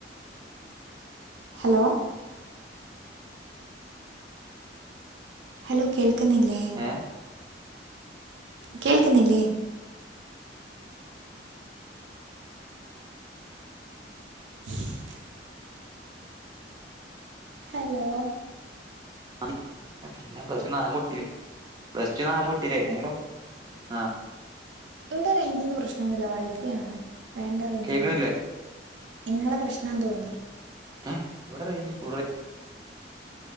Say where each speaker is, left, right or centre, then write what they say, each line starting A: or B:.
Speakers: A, on the right; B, on the right.
A: ഹലോ ഹലോ കേൾക്കുന്നില്ലേ
B: ഏ
A: കേൾക്കുന്നില്ലേ <inaudible> ഹലോ
B: <unintelligible> പിന്നെ പ്ല നാല് പൊട്ടി. പ്ലസ് ടു നാല് പൊട്ടിലെ പിന്നെങ്ങനെ ആഹ്
A: ഇവിടെ റൈഞ്ചിന്ന് പ്രശ്നംന്നുല്ല വൈഫൈ ആണ് വേണ്ട റെയ്ഞ്ച്
B: കേക്കണില്ലേ
A: ണ്ട് നിങ്ങളെ പ്രശ്ന തോന്നു
B: ഉം ഇവിടെ റേയ്ഞ്ച്ഫുള്